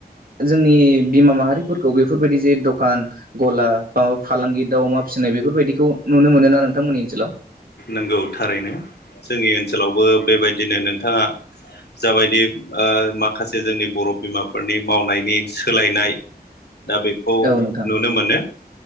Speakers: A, on the right; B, on the left.
A: जोंनि बिमा माहारिफोरखौ बेफोरबायदि जे दखान गला अव फालांगि दाउ अमा फिसिनाय बेफोरबायदिखौ नुनो मोनो ना नोंथांमोननि ओनसोलाव?
B: नोंगौ थारैनो जोंनि ओनसोलावबो बेबायदिनो नोंथाङा जाबायदि ओ माखासे जोंनि बर बिमाफोरनि मावनायनि सोलायनाय दा बेखौ
A: औ नोंथां
B: नुनो मोनो